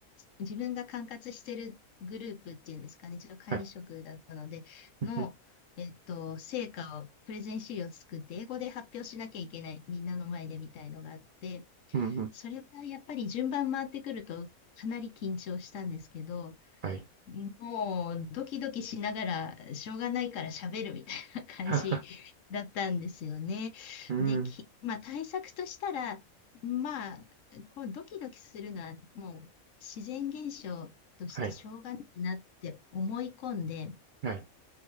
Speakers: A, on the left; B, on the right.
A: 自分が管轄してるグループっていうんですかね、一応管理職だったので、
B: はい。うんうん
A: の、えーっと、成果を、プレゼン資料を作って、英語で発表しなきゃいけない、みんなの前でみたいのがあって、
B: うんうん
A: それがやっぱり順番回ってくると、かなり緊張したんですけど、
B: はい。
A: もうドキドキしながら、しょうがないから喋るみたいな感じだったんですよね。
B: <laughs> うん。
A: で、き、まあ対策としたら、まあ、こうドキドキするのはもう自然現象としてしょうがないなって思い込んで、
B: はい。はい。